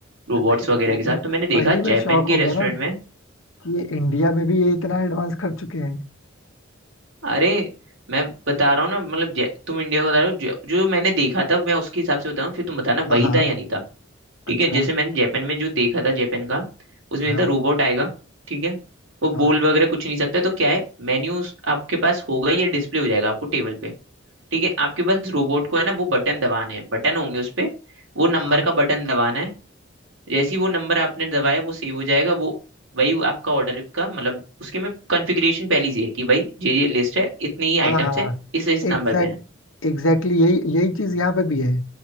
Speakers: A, on the right; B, on the left.
A: रोबोट्स
B: नहीं
A: वगैरह
B: मैंने
A: के साथ तो मैंने
B: वही
A: देखा
B: मैं
A: जापान
B: शौक
A: के
B: हो गया
A: रेस्टोरेंट
B: ना
A: में
B: कि ये इंडिया में भी ये इतना एडवांस कर चुके हैं
A: अरे मैं बता रहा हूँ ना मतलब जै- तुम इंडिया को बता रहे हो जो, जो मैंने देखा था मैं उसके हिसाब से बता रहा हूँ फिर तुम बताना
B: हाँ
A: वही
B: हाँ
A: था या नहीं था ठीक
B: अच्छा
A: है जैसे मैंने जापान में जो देखा था जापान का उसमें
B: हाँ
A: था रोबोट आएगा ठीक है वो
B: हाँ
A: बोल वगैरह कुछ नहीं सकता तो क्या है मेन्यू आपके पास होगा या डिस्प्ले हो जाएगा आपको टेबल पे ठीक है आपके पास रोबोट को है ना वो बटन दबाने हैं बटन होंगे उस पे वो नंबर
B: हाँ
A: का बटन दबाना है जैसे ही वो नंबर आपने दबाया वो सेव हो जाएगा वो वही वो आपका ऑर्डर का मतलब उसके में कॉन्फ़िगरेशन पहले से है कि भाई ये ये लिस्ट है इतनी ही
B: हाँ
A: आइटम्स
B: हाँ
A: है इस इस
B: एग्जैक्ट
A: नंबर पे है
B: एग्जैक्टली यही यही चीज यहाँ पे भी है